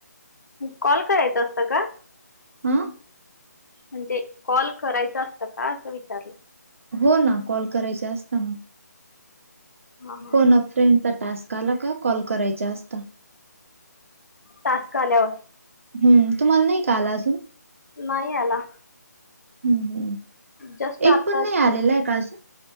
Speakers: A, on the left; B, on the right.
A: कॉल करायचं असतं का?
B: ''हं''
A: म्हणजे कॉल करायच असतं का असं विचारलं.
B: हो ना कॉल करायचा असतात.
A: हा हा
B: फोन फ्रेंडचा टास्क आला का कॉल करायचा असता.
A: टास्क आल्यावर.
B: हम्म, तुम्हाला नाही का आला अजून.
A: नाही आला
B: हम् हम्,
A: जस्ट
B: एक
A: आता
B: पण नाही आलेला नाही का अजून.